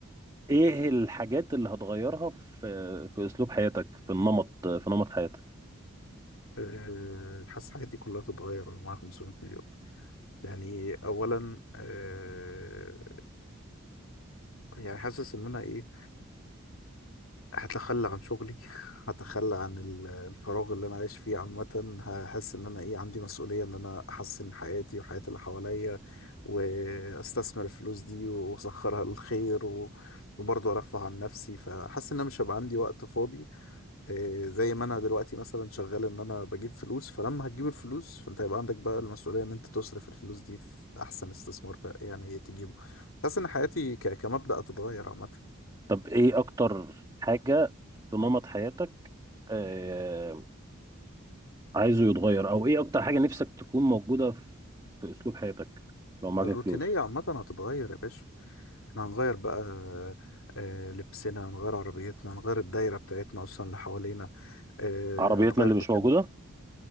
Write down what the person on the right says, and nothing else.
ايه الحاجات اللي هتغيرها في في اسلوب حياتك في النمط في نمط حياتك
طب ايه اكتر حاجه في نمط حياتك آه، عايزه يتغير او ايه اكتر حاجه نفسك تكون موجوده في في اسلوب حياتك لو معاك
الفلوس
عربيتنا
اللي
مش موجوده